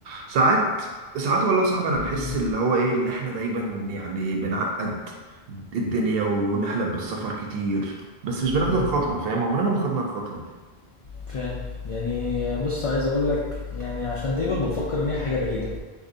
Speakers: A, on the right; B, on the left.
A: ساعات ساعات والله صعب انا بحس
B: مم.
A: اللي هو ايه اللي احنا دايما يعني بنعقد الدنيا ونحلم بالسفر كتير بس مش بناخد
B: مم.
A: الخطوة فاهم عمرنا ما خدنا الخطوة
B: ف يعني بص عايز اقول لك يعني عشان دايما بنفكر ان هي حاجه بعيده